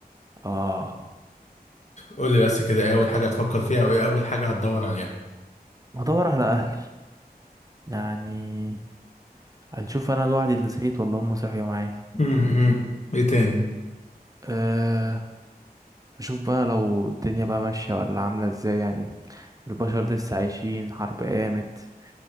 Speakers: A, on the right; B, on the left.
A: اه
B: قول لي بس كده ايه اول حاجة هتفكر فيها او ايه اول حاجة هتدور عليها
A: هدور على اهلي يعني هنشوف انا لوحدي اللي صحيت ولا هم صحيوا معايا
B: امم ايه تاني
A: أه اشوف بقى لو الدنيا بقى ماشيه ولا عامله ازاي يعني البشر لسه عايشين حرب قامت